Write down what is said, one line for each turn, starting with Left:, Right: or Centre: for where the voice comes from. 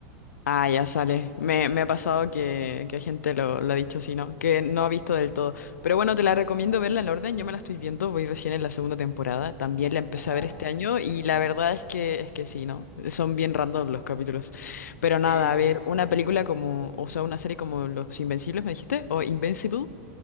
Left: Ah, ya sale. Me, me ha pasado que, que gente lo, lo ha dicho así, ¿no? Que no ha visto del todo. Pero bueno, te la recomiendo verla en orden. Yo me la estoy viendo, voy recién en la segunda temporada. También la empecé
Right: Ajá.
Left: a ver este año y la verdad es que, es que sí, ¿no? Son bien random los capítulos. Pero nada,
Right: Sí, sí.
Left: a ver, una película como, o sea, una serie como Los Invencibles, me dijiste, o Invincible.